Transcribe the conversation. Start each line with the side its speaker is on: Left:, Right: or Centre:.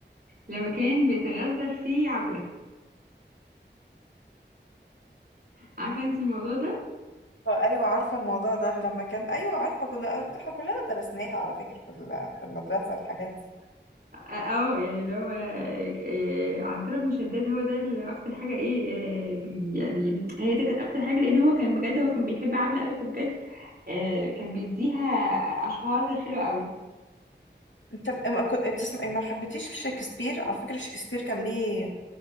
Right: لما كان بيتغزل في عبله عارفه انت الموضوع ده
Left: أيوة عارفة الموضوع ده لما كان أيوة عارفة كنا ده احنا كلنا درسناها على فكرة في ال- في المدرسة الحاجات دي
Right: اه يعني لو آه، آه، عنترة بن شداد هو ده اللي اكتر حاجه ايه آه، بي يعني هي دي كانت اكتر حاجه لان هو كان بجد هو كان بيحب عبله قوي فبجد آه، كان بيديها اشعار حلوه قوي
Left: انت ب- ما كنت بتسمعي ما حبيتيش شكسبير على فكرة شكسبير كان ليه